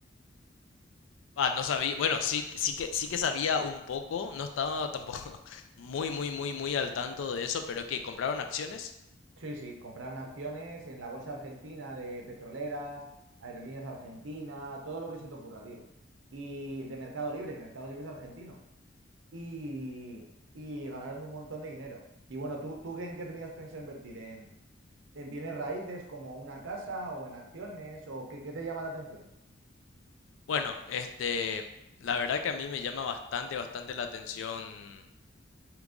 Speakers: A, on the left; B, on the right.
A: ah, no sabía, bueno, sí, sí que sí que sabía un poco, no estaba tampoco <laughs> muy muy muy muy al tanto de eso, pero que compraron acciones.
B: Sí, sí, compraron acciones en la bolsa argentina de petroleras, aerolíneas argentinas, todo lo que se te ocurra, tío. Y de Mercado Libre, Mercado Libre es argentino. Y, y ganaron un montón de dinero. Y bueno, ¿tú, tú en qué tenías pensado invertir? ¿En, en bienes raíces como una casa o en acciones o qué, qué te llama la atención?
A: Bueno, este, la verdad que a mí me llama bastante, bastante la atención